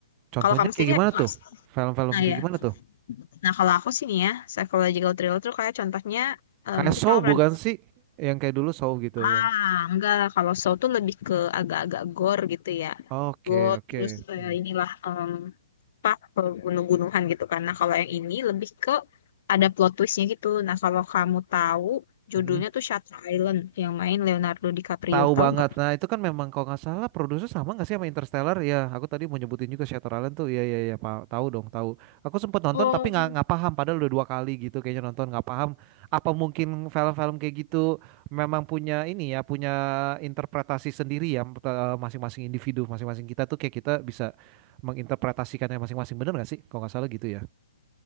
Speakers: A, on the right (about 30°); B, on the left (about 50°).
A: Contohnya
B: Kalau kamu sendiri
A: kayak gimana
B: apa? Mas?
A: tuh? Film-film
B: Nah
A: kayak
B: ya.
A: gimana tuh?
B: Nah kalau aku sih nih ya psychological thriller tuh kayak contohnya eh,
A: Kayak
B: mungkin
A: Saw
B: kamu
A: bukan
B: pernah
A: sih? Yang kayak dulu Saw gitu
B: Ah,
A: yang.
B: enggak. Kalau show tuh lebih ke agak-agak gore gitu ya.
A: Oke,
B: Gore,
A: oke.
B: terus eh,
A: Hmm.
B: inilah em pak gunung-gunungan gitu. Karena kalau yang ini lebih ke ada plot twistnya gitu. Nah, kalau kamu tahu judulnya
A: Mm-mm.
B: tuh Shutter Island yang main Leonardo DiCaprio.
A: Tahu banget.
B: Tahu nggak?
A: Nah, itu kan memang kalau nggak salah produser sama nggak sih sama Interstellar? Ya, aku tadi mau nyebutin juga Shutter Island tuh. Iya, iya, iya, pa- tahu dong, tahu. Aku sempet nonton
B: Oh,
A: tapi nggak nggak paham. Padahal udah dua kali gitu kayaknya nonton nggak paham. Apa mungkin film-film kayak gitu memang punya ini ya, punya interpretasi sendiri ya eh, masing-masing individu, masing-masing kita tuh kayak kita bisa menginterpretasikannya masing-masing bener nggak sih? Kalau nggak salah gitu ya.